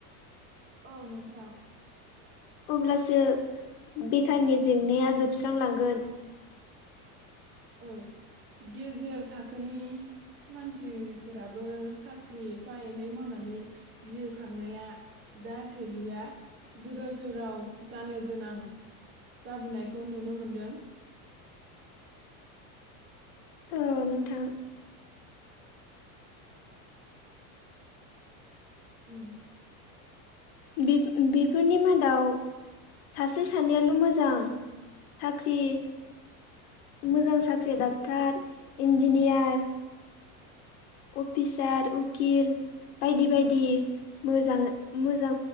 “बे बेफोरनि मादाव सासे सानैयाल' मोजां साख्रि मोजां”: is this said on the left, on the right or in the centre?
Left